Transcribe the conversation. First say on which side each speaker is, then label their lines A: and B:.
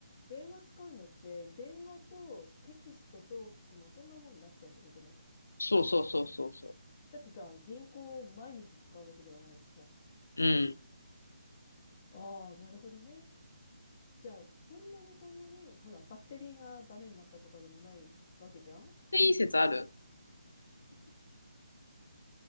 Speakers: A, on the left; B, on the left.
A: 電話使うのって、電話とテキストと、でもそんなもんになっちゃうってことね。
B: そうそうそうそうそ
A: だってさ、銀行を毎日使うわけではないしさ。
B: う。うん。
A: ああ、なるほどね。じゃあ、そんなにそんなに、ほら、バッテリーがダメになったとかでもないわけじゃん
B: で、いい説ある